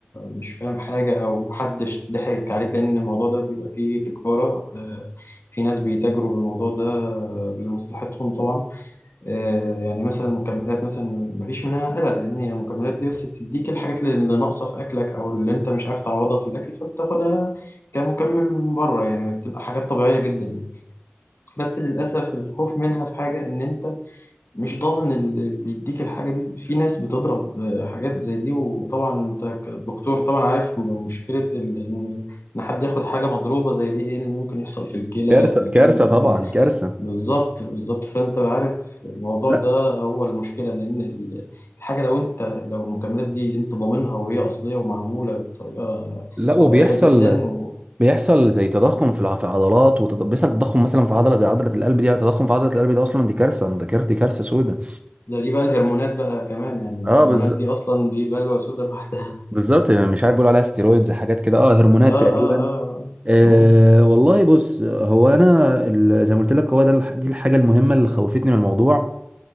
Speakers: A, on the left (about 75°); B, on the right (about 30°).
A: مش فاهم حاجه او حدش ضحك عليك لان الموضوع ده بيبقى فيه تجاره آه، في ناس بيتاجروا بالموضوع ده آه، لمصلحتهم طبعا آه، يعني مثلا المكملات مثلا مفيش منها قلق لان المكملات دي بس بتديك الحاجات اللي ناقصه في اكلك او اللي انت مش عارف تعوضها في الاكل فبتاخدها كمكمل من بره يعني بتبقى حاجات طبيعيه جدا بس للاسف الخوف منها في حاجه ان انت مش ضامن اللي بيديك الحاجة دي في ناس بتضرب حاجات زي دي وطبعا انت كدكتور طبعا عارف مشكلة ال- ان إن حد ياخد حاجة مضروبة زي دي ايه اللي ممكن يحصل في الكلى
B: كارثة
A: في الكبد
B: كارثة طبعا
A: في ال...
B: كارثة
A: بالظبط بالظبط فانت عارف الموضوع
B: لا
A: ده هو المشكلة لان ال- الحاجة لو انت لو المكملات دي انت ضامنها وهي اصلية ومعمولة بطريقة
B: لا وبيحصل
A: طبيعية جدا و...
B: بيحصل زي تضخم في الع- في العضلات وبيحصل تضخم مثلا في عضلة زي عضلة القلب دي تضخم في عضلة القلب دي أصلا دي كارثة دي كارثة دي كارثة سودة
A: ده دي بقى الهرمونات بقى كمان يعني
B: اه
A: الهرمونات
B: بز...
A: دي اصلا دي بلوى سودا لوحدها
B: بالظبط يعني مش عارف بيقولوا عليها ستيرويدز حاجات كده اه هرمونات
A: اه اه
B: تقريبا
A: اه
B: آه
A: آه.
B: والله بص هو أنا ال- زي ما قلت لك هو ده الح- دي الحاجة المهمة اللي خوفتني من الموضوع